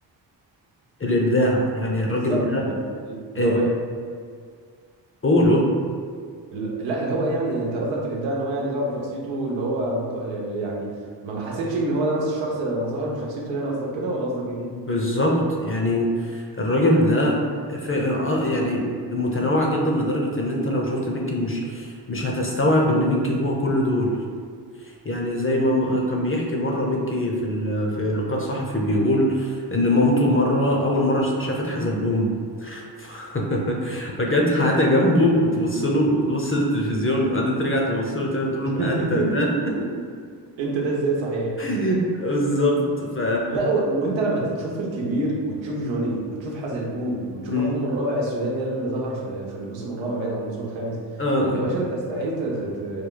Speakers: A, on the left; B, on the right.
A: الابداع يعني الراجل
B: بالظبط
A: ده
B: اللي اللي
A: آه،
B: هو ايه
A: قول قول
B: اللي لا اللي هو ايه يعني انت قصدك في الابداع ان هو يعني ظهر بشخصيته اللي هو موضوع آه، يعني ما ما حسيتش ان هو ده نفس الشخص لما ظهر بشخصيته يعني قصدك كده ولا قصدك ايه
A: بالظبط يعني الراجل ده في... آه، يعني متنوع جدا لدرجه ان انت لو شفت ميكي مش مش هتستوعب ان ميكي هو كل دول يعني زي ما م- كان بيحكي مره ميكي في ال... في لقاء صحفي بيقول ان مامته مره اول مره شافت حزلقوم <laughs> فكانت حاجة جنبه وتبص له تبص للتلفزيون وبعدين ترجع تبص له تاني تقول
B: <laughs>
A: له ما أنت ده
B: انت ده ازاي صحيح
A: <laughs> بالظبط ف
B: لا و... وانت لما تشوف الكبير وتشوف جوني وتشوف حزلقوم وتشوف
A: مم.
B: اخوهم الرابع السوداني يلا اللي ظهر في, في الموسم الرابع باين او الموسم الخامس
A: اه
B: يا باشا انت استحيل ت... ت...